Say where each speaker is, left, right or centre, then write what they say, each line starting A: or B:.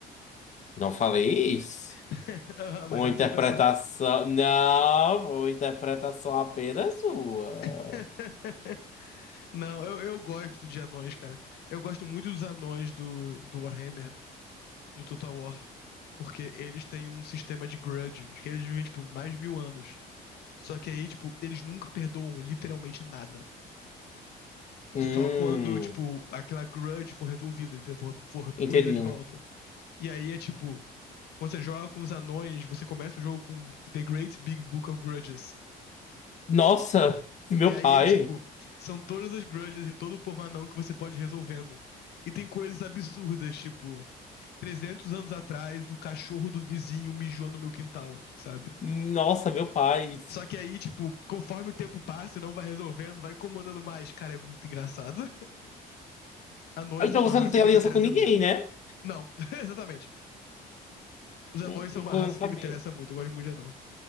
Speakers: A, on the left (about 45°); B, on the left (about 70°).
A: Não falei isso.
B: <laughs> Aham,
A: Uma
B: Mas é
A: interpretação.
B: o que você pensou.
A: Não, uma interpretação apenas sua.
B: <laughs> Não, eu, eu gosto de anões, cara. Eu gosto muito dos anões do, do Warhammer no Total War, porque eles têm um sistema de grudge, que eles vivem, tipo, mais de mil anos. Só que aí, tipo, eles nunca perdoam literalmente nada.
A: Hum,
B: Só quando, tipo, aquela grudge for resolvida, então for, for
A: entendi.
B: punida de volta. E aí é tipo, quando você joga com os anões, você começa o jogo com The Great Big Book of Grudges.
A: Nossa, <laughs> meu
B: E aí
A: pai.
B: é tipo, são todas as grudges de todo o povo anão que você pode ir resolvendo. E tem coisas absurdas, tipo, 300 anos atrás, o cachorro do vizinho mijou no meu quintal, sabe?
A: Nossa, meu pai.
B: Só que aí, tipo, conforme o tempo passa, não vai resolvendo, vai incomodando mais. Cara, é muito engraçado. Anões
A: Ah, Então
B: são uma
A: você
B: raça
A: não tem
B: que
A: aliança
B: me interessa
A: com ninguém,
B: muito.
A: né?
B: Não, <laughs> exatamente. Os anões
A: Hum,
B: são
A: Nunca
B: uma raça
A: eu não sabia.
B: que me interessa muito. Eu gosto muito de anão.